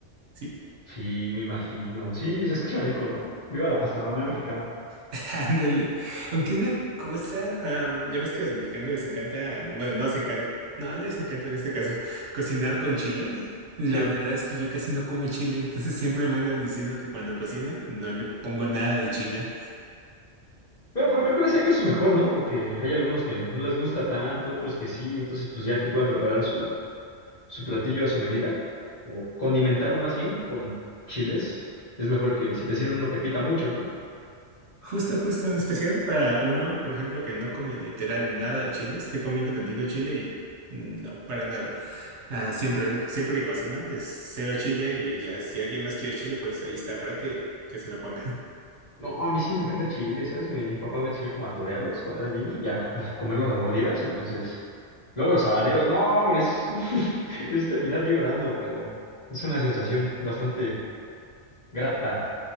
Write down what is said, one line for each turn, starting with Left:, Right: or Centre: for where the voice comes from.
Right: Sí,
Left: Sí, me imagino. Sí, se escucha rico, ¿no? Viva la gastronomía mexicana.
Right: <laughs> ándale. Aunque una cosa, am, ya ves que a los mexicanos les encanta, mm, bueno, no les encanta, no les encanta en este caso, cocinar
Left: Eh,
Right: con chile. La
Left: Sí.
Right: verdad es que yo casi no como chile, entonces siempre me andan diciendo que cuando cocino no le pongo nada de chile.
Left: Bueno, pero creo que en ese caso es mejor, ¿no? Porque hay algunos que no les gusta tanto, otros que sí, entonces pues ya que puedan preparar su, su platillo a su medida, o condimentarlo más bien con chiles, es mejor que si te sirven uno que pica mucho, ¿no?
Right: Justo, justo, en especial para uno, por ejemplo, que no come literal nada de chile, estoy comiendo tantito chile y mm, no, para nada. Ah, siempre, ¿no? siempre que cocino es cero chile y ya si alguien más quiere chile, pues ahí está, párate y que se lo pongan.
Left: No, a mí sí me encanta el chile, ¿sabes? Mi papá me enseñó como a torearlos cuando era niño, ya, a comerlos a mordidas, entonces... Luego los habaneros, no, hombre, es, <laughs> es terminar llorando, pero es una sensación bastante grata.